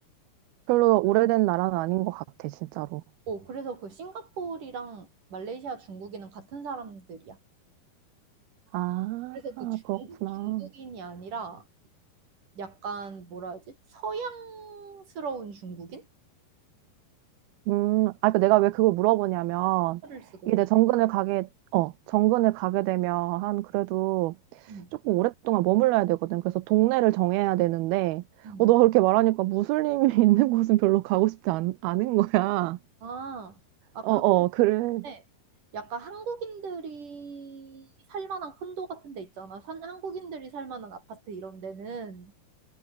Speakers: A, on the right (about 80°); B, on the right (about 50°).
A: 별로 오래된 나라는 아닌 것 같아, 진짜로.
B: 어, 그래서 그 싱가포르랑 말레이시아 중국인은 같은 사람들이야.
A: 아,
B: 그래서 그 중국,
A: 그렇구나.
B: 중국인이 아니라 약간 뭐라 하지? 서양스러운 중국인?
A: 음, 아, 그러니까 내가 왜 그걸 물어보냐면,
B: 때문에 를 쓰거든.
A: 이게 내 정근을 가게, 어, 정근을 가게 되면 한 그래도
B: 음.
A: 조금 오랫동안 머물러야 되거든. 그래서 동네를 정해야 되는데,
B: 음.
A: 어, 너 그렇게 말하니까 무슬림이 <laughs> 있는 곳은 별로 가고 싶지 않, 않은 거야.
B: 아, 아,
A: 어,
B: 그,
A: 어, 그래.
B: 네, 약간 한국인들이 살만한 콘도 같은 데 있잖아. 산, 한국인들이 살만한 아파트 이런 데는